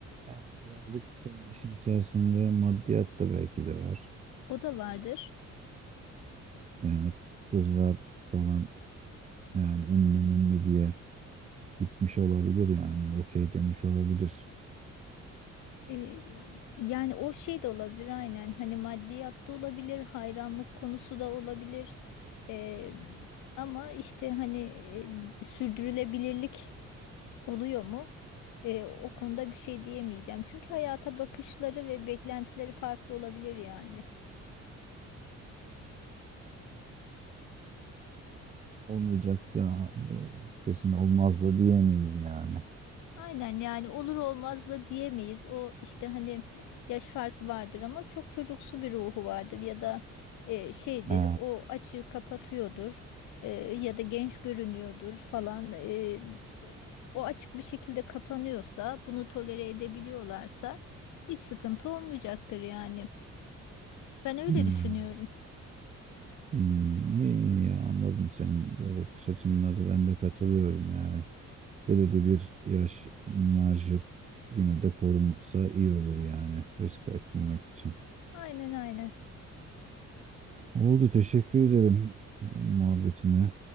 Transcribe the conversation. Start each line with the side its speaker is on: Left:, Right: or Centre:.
Right: yani birazcık da işin içerisinde maddiyat da belki de var.
Left: o da vardır.
Right: Yani kızlar falan yani ünlü münlü diye gitmiş olabilir yani okey demiş olabilir.
Left: E, yani o şey de olabilir aynen hani maddiyat da olabilir hayranlık konusu da olabilir E, ama işte hani e, sürdürülebilirlik oluyor mu? E, o konuda bir şey diyemeyeceğim çünkü hayata bakışları ve beklentileri farklı olabilir yani.
Right: Olmayacaktı. ha, e, Kesin olmazdı diyemeyiz yani.
Left: Aynen yani olur olmaz da diyemeyiz. O işte hani yaş farkı vardır ama çok çocuksu bir ruhu vardır ya da e, şeydir
Right: He,
Left: o açığı kapatıyordur e, ya da genç görünüyordur falan. E, o açık bir şekilde kapanıyorsa bunu tolere edebiliyorlarsa hiç sıkıntı olmayacaktır yani. Ben öyle
Right: he.
Left: düşünüyorum.
Right: Hmm, iyi, iyi, anladım senin ya bakış açınla da ben de katılıyorum yani. Belirli bir yaş marjı yine de korunsa iyi olur yani risk etmemek için.
Left: Aynen aynen.
Right: Oldu teşekkür ederim muhabbetine.